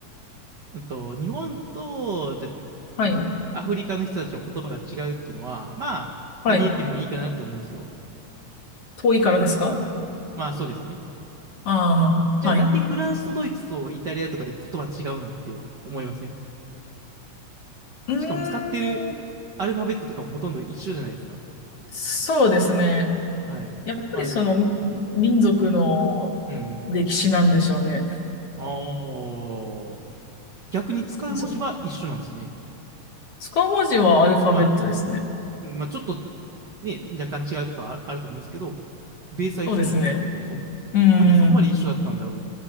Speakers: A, on the right; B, on the left.
A: うんと、日本と、じゃあ
B: はい。
A: うんアフリカの人たちの言葉が違うっていうのは、まあ、
B: はい。
A: ありえてもいいかなって思うんですよ。
B: 遠いからですか
A: まあ、そうですね。
B: ああー、
A: じゃあなんでフランスとドイツとイタリアとかで言葉違うのって思いません
B: はい。うー
A: しかも使ってるアルファベットとかもほとんど一緒じゃないですか。
B: ん。そうですね。
A: はい。
B: やっぱりその民族の歴史なんでしょうね。
A: まあ、うん。ああ。逆に使う文字は一緒なんですね。
B: そ、使う文字はアルファベットですね。
A: まあ、うんまあちょっとね、若干違うとかああると思うんですけど、ベースは一緒じゃないですか。
B: そうですね。
A: そう。
B: うーん。
A: なんでそこまで一緒だったんだろう。